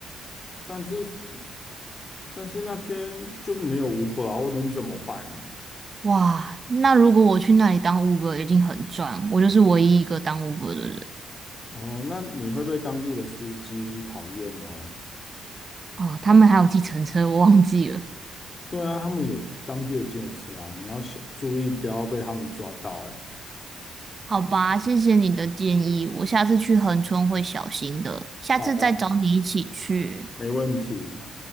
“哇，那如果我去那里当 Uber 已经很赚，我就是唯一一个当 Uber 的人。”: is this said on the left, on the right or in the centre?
Right